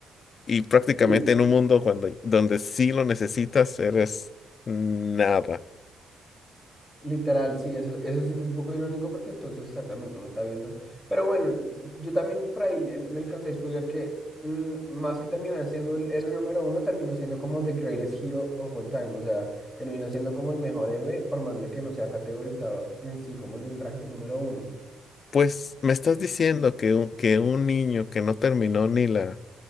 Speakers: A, on the left; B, in the centre.
A: Y prácticamente
B: Sí,
A: en un mundo cuando, donde sí lo necesitas, eres nada.
B: literal, sí, eso, eso sí es un poco irónico porque entonces exactamente uno está viendo. Pero bueno, yo también por ahí le- me alcancé a spoiler que mm, más que terminar siendo el héroe número uno, terminó siendo como the greatest hero of all time. O sea, terminó siendo como el mejor héroe, por más de que no sea categorizado en sí como en el rank número uno.
A: Pues me estás diciendo que un, que un niño que no terminó ni la